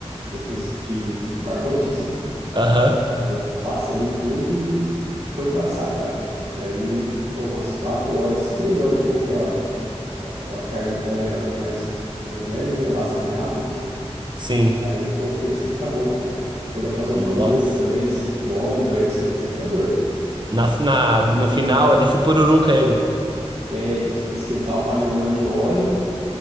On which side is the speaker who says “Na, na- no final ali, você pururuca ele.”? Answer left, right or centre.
Right